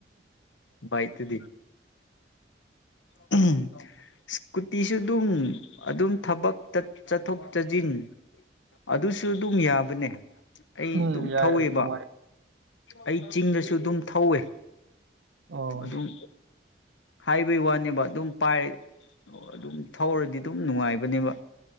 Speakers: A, on the left; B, on the right.
A: ꯕꯥꯏꯛ ꯇꯗꯤ <unintelligible> ꯁꯀꯨꯇꯤꯁꯨ ꯑꯗꯨꯝ ꯑꯗꯨꯝ ꯊꯕꯛ ꯆꯠꯊꯣꯛ ꯆꯠꯁꯤꯟ ꯑꯗꯨꯁꯨ ꯑꯗꯨꯝ ꯌꯥꯕꯅꯦ ꯑꯩ
B: ꯎꯝ
A: ꯑꯗꯨꯝ
B: ꯌꯥꯏ
A: ꯊꯧꯋꯦꯕ
B: ꯑꯁ ꯅꯨꯡꯉꯥꯏ
A: ꯑꯩ ꯆꯤꯡꯗꯁꯨ ꯑꯗꯨꯝ ꯊꯧꯋꯦ
B: ꯑꯣ
A: ꯑꯗꯨꯝ ꯍꯥꯏꯕꯩ ꯋꯥꯅꯦꯕ ꯑꯗꯨꯝ ꯄꯥꯏ ꯑꯗꯨꯝ ꯊꯧꯔꯗꯤ ꯑꯗꯨꯝ ꯅꯨꯡꯉꯥꯏꯕꯅꯦꯕ